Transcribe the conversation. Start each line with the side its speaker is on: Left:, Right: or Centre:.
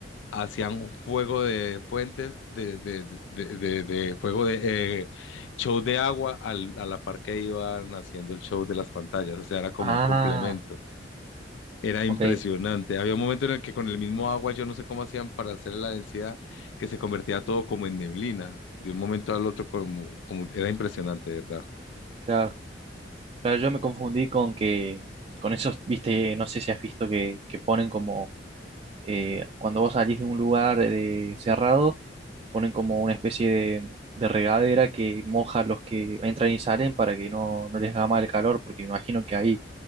Left: hacían un fuego de fuentes, de, de, de, de, de- de fuego de eh, show de agua al- a la par que iban haciendo el show de las pantallas, o sea, era como
Right: Ah,
Left: un complemento. Era
Right: ok,
Left: impresionante. Había un momento en el que con el mismo agua, yo no sé cómo hacían para hacer la densidad, que se convertía todo como en neblina, de un momento al otro, como, como era impresionante, de ¿verdad?
Right: claro. Claro, yo me confundí con que, con esos, viste, no sé si has visto que, que ponen como, eh, cuando vos salís de un lugar eh, de- cerrado, ponen como una especie de, de regadera que moja a los que entran y salen para que no, no les haga mal el calor, porque me imagino que ahí,